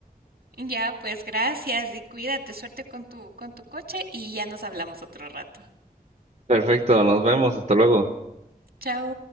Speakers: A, on the right; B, on the right.
A: Ya, pues gracias y cuídate, suerte con tu, con tu coche y ya nos hablamos otro rato.
B: Perfecto, nos vemos, hasta luego.
A: Chao.